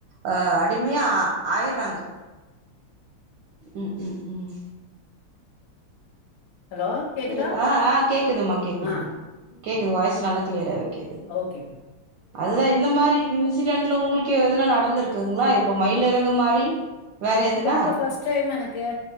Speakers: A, on the right; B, on the left.
A: ஆ அடிமையா ஆயிர்றாங்க ம் ம் ம்
B: ஹலோ கேக்குதா?
A: இரு ஆ ஆ கேக்குதுமா கேக்குதுமா
B: ஆ,
A: கேக்குது வாய்ஸ் நல்லா கிளியராவே கேக்குது
B: ஓகே மேம்
A: அதுதா இந்த மாரி இன்சிடென்ட்ல உங்களுக்கு எதனா நடந்திருக்குங்களா இப்போ மயில் எறகு மாரி வேற எதுனா
B: இதாங்க பஸ்ட் டைம் எனக்கு